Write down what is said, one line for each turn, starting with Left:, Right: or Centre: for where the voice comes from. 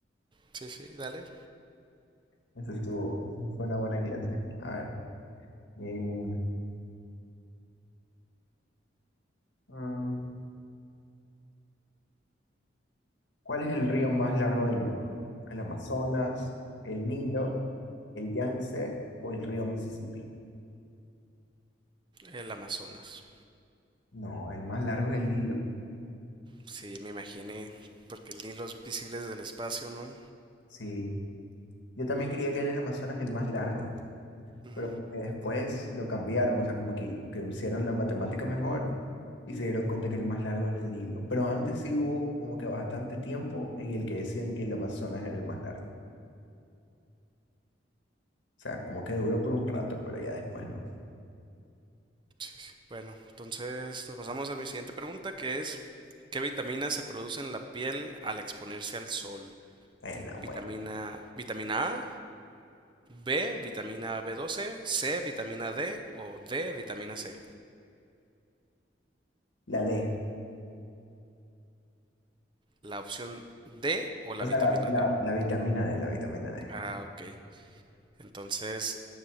Right: Sí, sí, dale.
Left: Esa estuvo, esa fue una buena clase. A ver. eh, mm, ¿Cuál es el río más largo del mundo? ¿El Amazonas, el Nilo, el Yangtze o el río Mississippi?
Right: El Amazonas.
Left: No, el más largo es el Nilo.
Right: Sí, me imaginé. Porque el Nilo es visible desde el espacio, ¿no?
Left: Sí, yo también creía que era el Amazonas el más largo,
Right: Ujú.
Left: pero como que después lo cambiaron, o sea, como que, que hicieron la matemática mejor y se dieron cuenta que el más largo era el Nilo. Pero antes sí hubo como que bastante tiempo en el que decían que el Amazonas era el más largo. O sea, como que duró por un rato, pero ya después no.
Right: Sí, sí. Bueno, entonces nos pasamos a mi siguiente pregunta, que es, ¿qué vitaminas se produce en la piel al exponerse al sol?
Left: Eh, no,
Right: Vitamina,
Left: bueno,
Right: vitamina A, B, vitamina b doce C, vitamina D o D, vitamina C.
Left: la D.
Right: La opción D o la
Left: O sea,
Right: vitamina
Left: la, la,
Right: D.
Left: la vitamina D, la vitamina D.
Right: Ah, ok. Entonces,